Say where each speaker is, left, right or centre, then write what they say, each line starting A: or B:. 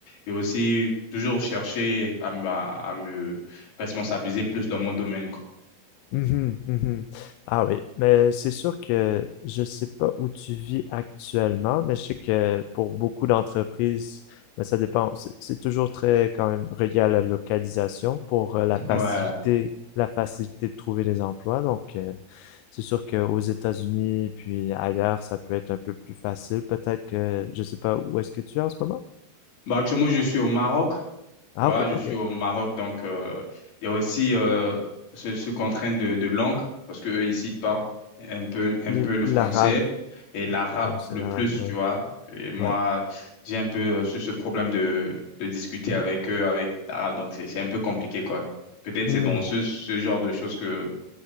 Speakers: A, on the left; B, on the left.
A: et aussi toujours chercher à, me- à, à me responsabiliser plus dans mon domaine, quoi.
B: Mhm, mhm. Ah oui, mais c'est sûr que je sais pas où tu vis actuellement, mais je sais que pour beaucoup d'entreprises, ben, ça dépend. C'est c'est toujours très quand même relié à la localisation pour euh, la
A: <laughs>
B: facilité,
A: Ouais.
B: la facilité de trouver des emplois. Donc, euh, c'est sûr qu'aux États-Unis puis ailleurs, ça peut être un peu plus facile. Peut-être que je sais pas où est-ce que tu es en ce moment.
A: Bah, actuellement, je suis au Maroc.
B: Ah
A: Tu vois,
B: ok,
A: je
B: ok.
A: suis au Maroc, donc euh, il y a aussi euh, ce, ce contrainte de, de langue, parce que eux, ici, ils parlent un peu, un
B: L-
A: peu le
B: L'arabe,
A: français et l'arabe
B: là aussi
A: le
B: l'arabe,
A: plus,
B: ouais,
A: tu vois. Et moi,
B: ouais.
A: j'ai un peu euh, ce, ce problème de, de discuter avec eux, avec l'arabe, donc c'est c'est un peu compliqué, quoi. Peut-être
B: Hmm,
A: c'est dans ce, ce genre de choses que